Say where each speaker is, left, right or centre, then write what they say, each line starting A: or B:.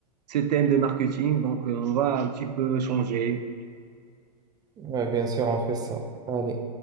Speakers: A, on the right; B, on the right.
A: ce thème de marketing, donc euh, on va un petit peu changer.
B: Ouais, bien sûr, on fait ça. Allez.